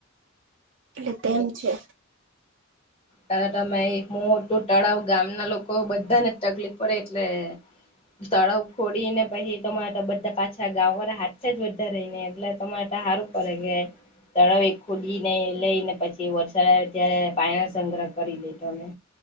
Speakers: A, on the right; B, on the left.
A: એટ તેમ છે.
B: તા તમે એક મોટું તળાવ ગામના લોકો બધાને જ તકલીફ પડે એટલે તળાવ ફોડીને પછી તમારટ બધા પાછા ગાંવ વાળા હાથે જ બધા રહીને એટલે તમાટ સારું પડે કે તળાવ એ ખોદી ને લઈ ને પછી વરસાદ આવે ત્યારે પાણી સંગ્રહ કરી લેતો અમે